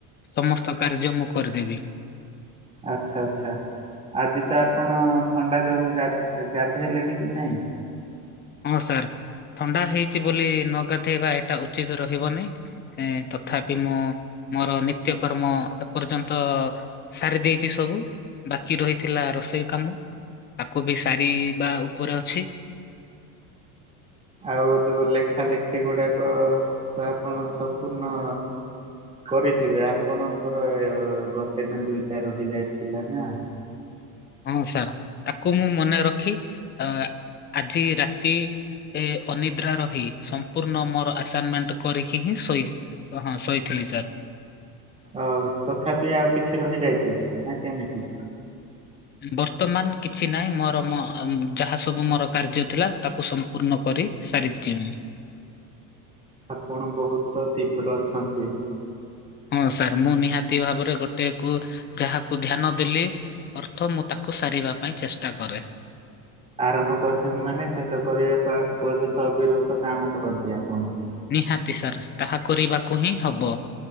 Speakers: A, on the left (about 25°); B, on the right (about 15°).
A: ସମସ୍ତ କାର୍ଯ୍ୟ ମୁଁ କରିଦେବି
B: ଆଚ୍ଛା ଆଚ୍ଛା ଆଜି ତ ଆପଣ ଥଣ୍ଡା ଯୋଗୁ ଗା ଗାଧେଇଲେଣି କି ନାଇଁ?
A: ହଁ ସାର୍ ଥଣ୍ଡା ହେଇଛି ବୋଲି ନ ଗାଧେଇବା ଏଇଟା ଉଚିତ ରହିବନି ହେଁ ତଥାପି ମୁଁ ମୋର ନିତ୍ୟ କର୍ମ ଏପର୍ଯ୍ୟନ୍ତ ସାରି ଦେଇେଇଛି ସବୁ ବାକି ରହିଥିଲା ରୋଷେଇ କାମ ତାକୁ ବି ସାରି ବା ଉପରେ ଅଛି
B: ଆଉ ଯୋଉ ଲେଖା ଲେଖି ଗୁଡାକ ତ ଆପଣ ସମ୍ପୂର୍ଣ୍ଣ କରିଥିବେ ଆପଣଙ୍କର ଗୋଟେ ନା ଦୁଇଟା ରହିଯାଇଥିଲା ନା
A: ହଁ ସାର୍ ତାକୁ ମୁଁ ମନେ ରଖି ଅ ଆଜି ରାତି ଏ ଅନିଦ୍ରା ରହି ସମ୍ପୂର୍ଣ୍ଣ ମୋର ଆସାଇନମେଣ୍ଟ କରିକି ହିଁ ଶୋଇ ହଁ ଶୋଇଥିଲି ସାର୍
B: ଅ ତଥାପି ଆଉ କିଛି ରହିଯାଇଛି ନା କେମିତି
A: ବର୍ତ୍ତମାନ କିଛି ନାହିଁ ମୋର ମୋ ଅମ୍ ଯାହା ସବୁ ମୋର କାର୍ଯ୍ୟ ଥିଲା ତାକୁ ସମ୍ ପୂର୍ଣ୍ଣ କରି ସାରିଚି ମୁଁ।
B: ଆପଣ ବହୁତ ତୀବ୍ର ଅଛନ୍ତି।
A: ହଁ ସାର୍ ମୁଁ ନିହାତି ଭାବରେ ଗୋଟେ କୁ ଯାହାକୁ ଧ୍ୟାନ ଦେଲି। ଅର୍ଥ ମୁଁ ତାକୁ ସାରିବା ପାଇଁ ଚେଷ୍ଟା କରେ।
B: ଆରମ୍ଭ କରିଛନ୍ତି ମାନେ ଶେଷ କରିବା ତ ପର୍ଯ୍ୟନ୍ତ ଅବିରକ୍ତ କାମ କରନ୍ତି ଆପଣ।
A: ନିହାତି ସାର ତାହା କରିବାକୁ ହିଁ ହବ।